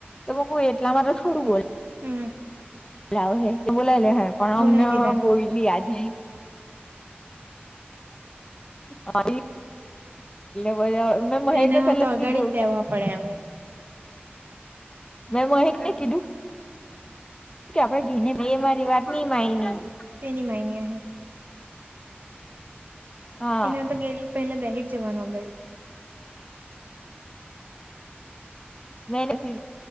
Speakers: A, on the left; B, on the right.
A: તોમે હું એટલે મારે છોડું બો
B: હમ
A: લું હે તું બોલાય લ હે પણ
B: બોલાવી
A: અમને
B: દીધા
A: બોયલી આજે હા એટલે બધા મે મ
B: તો એનામાં
A: કે પેલા
B: તો
A: જ
B: અગાડી
A: કીધું
B: બેવા પડે હવે
A: મે મહેક ને કીધું કે આપડે ઘીને એ મારી વાત નઈ માયની
B: તેની માઇની હ
A: હા
B: ત્યાં તો ગે પેલા બર જવાનું અગળ
A: મેની